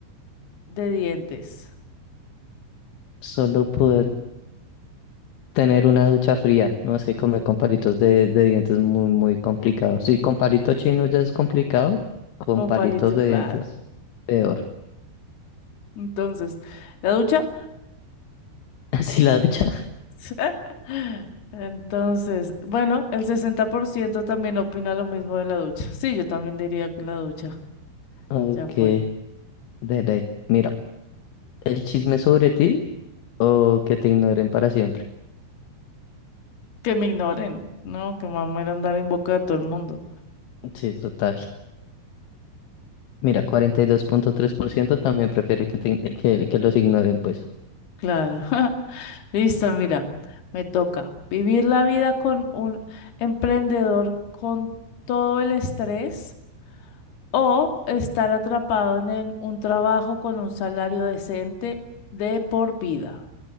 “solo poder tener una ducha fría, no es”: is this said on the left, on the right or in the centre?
Left